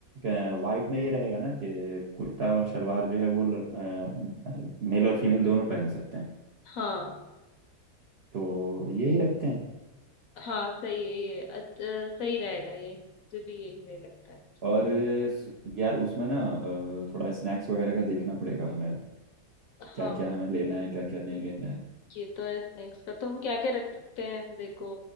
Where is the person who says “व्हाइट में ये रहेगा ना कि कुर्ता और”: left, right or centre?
Right